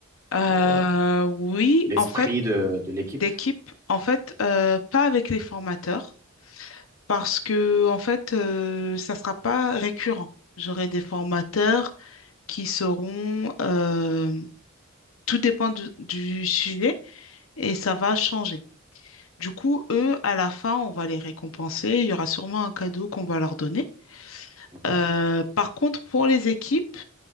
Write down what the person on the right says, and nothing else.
pour, euh,
l'esprit
de, de l'équipe.
Mhm.